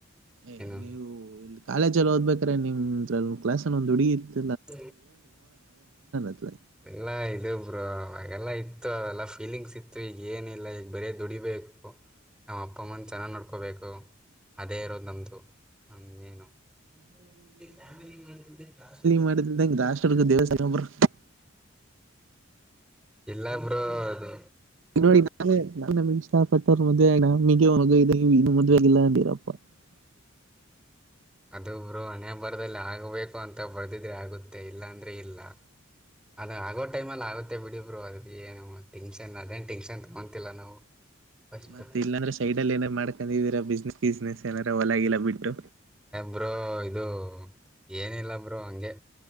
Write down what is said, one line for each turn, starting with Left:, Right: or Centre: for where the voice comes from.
Right: ಏ
Centre: ಏನು
Right: ಅನೀವು ಇಲ್ಲಿ ಕಾಲೇಜಲ್ಲಿ ಓದ್ಬೇಕ್ರೆ ನಿಮ ಕ್ಲಾಸ್ಲ್ಲಿ ಒಂದ್ ಹುಡಗಿ <unintelligible>
Centre: <inaudible>
Right: ಅತ್ಲ
Centre: ಎಲ್ಲ ಆಯ್ತು ಇಬ್ರು ಅವಾಗೆಲ್ಲ ಇತ್ತು ಅವೆಲ್ಲ ಫೀಲಿಂಗ್ಸ್ ಇತ್ತು ಈಗ ಏನ ಇಲ್ಲ ಈಗ ಬರೇ ದುಡಿಬೇಕು ನಾವು ಅಪ್ಪಮ್ಮನ ಚೆನ್ನಾಗಿ ನೋಡ್ಕೋಬೇಕು ಅದೇ ಇರೋದು ನಂತ ನ ಮೇನು ಅ ಫಾಮ ಜಾಸ್ <inaudible>
Right: ಮಾಡಿದಂಗಗೆಷ್ಟ್ರರ್ಗ ದೇವಸ್ಥಾನ ಒಬ್ಬರು
Centre: ಇಲ್ಲ ಬ್ರೋ ಅದು
Right: ನೋಡಿ ನಾನೇ ನಮಗೆ ಇಷ್ಟಪಟ್ಟವ್ರ ಮದೆ ನಮಗೆ ಒಗ ಇ ಇನ್ನು ಮದೆ ಗಿಲ್ಲಾಂದೀರಪ್ಪ <unintelligible>
Centre: ಅದು ಬ್ರೋ ಹಣೆ ಬರದಲ್ಲಿ ಆಗಬೇಕು ಅಂತ ಬರೆದಿದ್ರೆ ಆಗುತ್ತೆ ಇಲ್ಲಾ ಅಂದ್ರೆ ಇಲ್ಲ ಅದ ಆಗೋ ಟೈಮ ಅಲ್ಲಿ ಆಗುತ್ತೆ ಬಿಡಿ ಬ್ರೋ ಅದ ಏನು ಟೆನ್ಷನ್ ಅದೇನ್ ಟೆನ್ಷನ್ ತಗೊಂತಿಲ್ಲ ನಾವು ಫಸ್ಟ್
Right: ಮತ್ತ ಇದ್ರೆ ಸೈಡ್ ಅಲ್ಲಿ ಏನ ಮಾಡ್ಕೊಂಡಿದೀರ ಬಿಸ್ನೆಸ್ ಬಿಸ್ನೆಸ್ ಜನರ ಒಲಗಲ್ಲ ಬಿಟ್ಟು
Centre: ಬ್ರೋ ಇದು ಏನಿಲ್ಲ ಬ್ರೋ ಹಂಗೆ